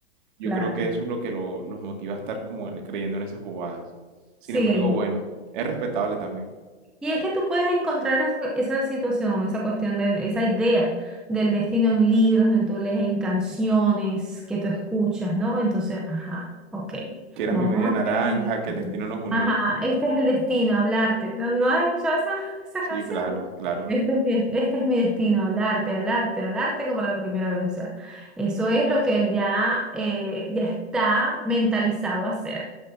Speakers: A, on the right; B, in the centre.
A: Yo
B: claro,
A: creo que eso es lo que lo- los motiva a estar como en- creyendo en esas bobadas. Sin
B: sí.
A: embargo, bueno, es respetable también.
B: Y es que tú puedes encontrar esa, esa situación, esa cuestión, del- esa idea del destino en libros, donde tú lees en canciones que tú escuchas, ¿no? Entonces, ajá, ok,
A: Que eras
B: vamos
A: mi media
B: a
A: naranja,
B: creer en el destino.
A: que el destino nos unió
B: Ajá,
A: y así.
B: este es el destino, hablarte. ¿No, no has escuchado esa, esa
A: Sí,
B: canción?
A: claro, claro.
B: Este es mi, des- este es mi destino, hablarte, hablarte, hablarte como la primera vez. O sea, eso es lo que él ya, eh, ya está mentalizado a hacer,